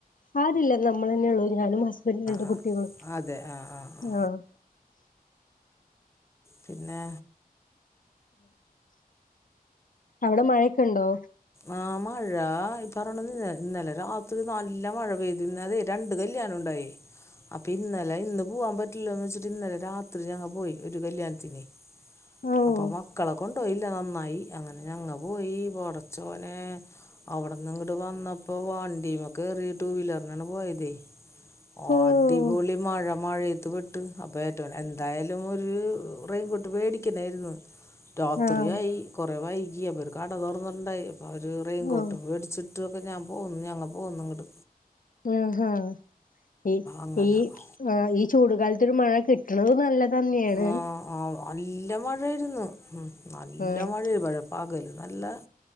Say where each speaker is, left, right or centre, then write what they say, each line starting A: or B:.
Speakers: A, on the left; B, on the left.
A: ആരുമില്ല നമ്മള് തന്നെയേ ഉള്ളൂ ഞാനും ഹസ്ബൻഡും രണ്ട്
B: ആ
A: കുട്ടികളും
B: അതെ ആ ആ ആ
A: ആഹ്
B: പിന്നെ
A: അവിടെ മഴയൊക്കെ ഉണ്ടോ
B: ആ മഴ ഈ പറഞ്ഞോണ്ട് ഇന് ഇന്നലെ രാത്രി നല്ല മഴ പെയ് ഇന്നതെ രണ്ട് കല്യാണം ഉണ്ടായെ അപ്പൊ ഇന്നലെ ഇന്നും പൂവാൻ പറ്റില്ലല്ലോന്ന് വെച്ചിട്ട് ഇന്നലെ രാത്രി ഞങ്ങ പോയി ഒരു കല്യാണത്തിനെ
A: ഓഹ്
B: അപ്പൊ മക്കളെ കൊണ്ട് ഓ ഇല്ല നന്നായി അങ്ങനെ ഞങ്ങ പോയി പൊട ച്ചോനെ അവിടെന്ന് ഇങ്ങട് വന്നപ്പോ വണ്ടീമ്മെ കേറി ടു വീലറിനാണെ പോയതെ അടിപൊളി
A: ഓഹ്
B: മഴ മഴയെ <unintelligible> പെട്ട് അപ്പോ <unintelligible> എന്തായാലും <unintelligible> റെയിൻകോട്ട് വേടിക്കണായിരുന്നു രാത്രിയായി
A: ആഹ്
B: കൊറെ വൈകി യപ്പോ ഒരു കട തൊറന്ന്ട്ട്ണ്ടായി അപ്പൊ അവര് റെയിൻകോട്ട്
A: ഓഹ്
B: മേടിച്ചിട്ട് ചുറ്റുവൊക്കെ ഞാൻ പോകുന്നു ഞങ്ങ പോന്നു ഇങ്ങട്.
A: ആഹ് ആഹ് ഈ
B: അങ്ങനെ
A: ഈ ആഹ് ഈ ചൂടുകാലത്ത് ഒര് മഴ കിട്ടണത് നല്ലത് തന്നെയാണ്
B: ആഹ് ആഹ് നല്ല മഴയാരുന്നു ഉം നല്ല
A: ആഹ്
B: മഴ ഇവടെ പകലും നല്ല